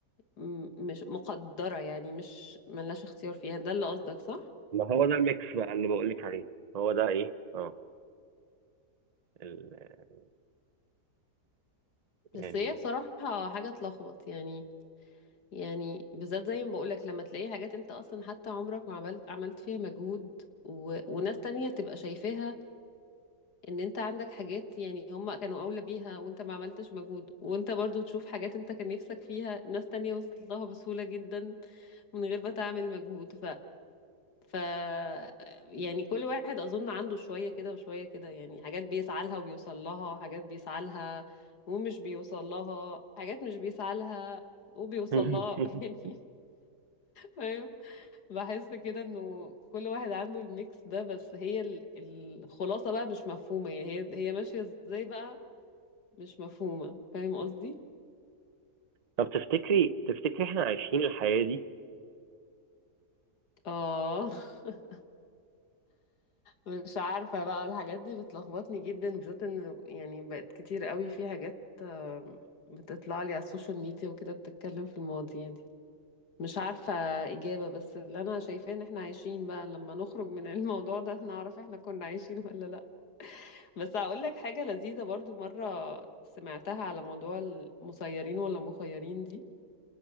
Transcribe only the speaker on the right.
ما هو ده الميكس بقى اللي بقولك عليه هو ده إيه؟ أه ال...
يعني
<laughs>
طب تفتكري تفتكري إحنا عايشين الحياة دي؟